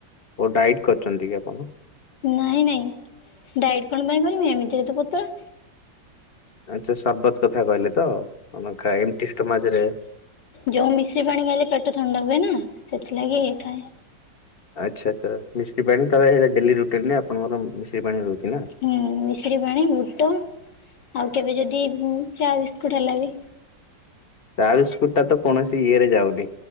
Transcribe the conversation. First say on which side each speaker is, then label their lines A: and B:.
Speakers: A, on the left (about 35°); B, on the left (about 75°).
A: ଓ ଡାଇଟ୍ କରିଚନ୍ତି କି ଆପଣ?
B: ନାଇଁ ନାଇଁ ଡାଇଟ୍ କଣ ପାଇଁ କରିବି ଏମିତିରେ ତ ପତଳା।
A: ଆଛା ସର୍ବତ କଥା କହିଲେ ତ ଆମ ଏମଟି ଷ୍ଟୋମଚ ରେ
B: ଜଉ ମିଶ୍ରି ପାଣି ଖାଇଲେ ପେଟ ଥଣ୍ଡା ହୁଏ ନା ସେଥିଲାଗି ଇ ଖାଏ।
A: ଆଛା ତ ମିଶ୍ରୀ ପାଣି ତାଲେ ହେରା ଡେଲି ରୁଟିନ ନା ଆପଣଙ୍କର ମିଶ୍ରୀ ପାଣି ରହୁଛି ନା?
B: ହୁଁ ମିଶ୍ରି ପାଣି ବୁଟ ଆଉ କେବେ ଯଦି ଉଁ ଚା ବିସ୍କୁଟ୍ ହେଲା ବି
A: ତା ବିସ୍କୁଟ ଟା ତ କୌଣସି ଇଏରେ ଯାଉନି